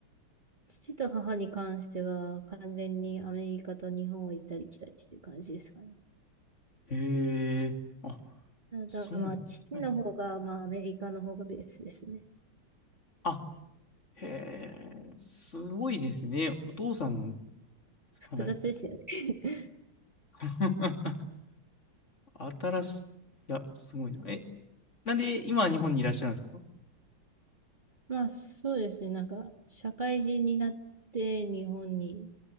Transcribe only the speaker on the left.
へえ、あ、
そうなんだ。
はい。
あ、へえ、すごいですね。お父さん、
はい。
<laughs> 新しい、いや、すごいな。え、なんで今は日本にいらっしゃるんですか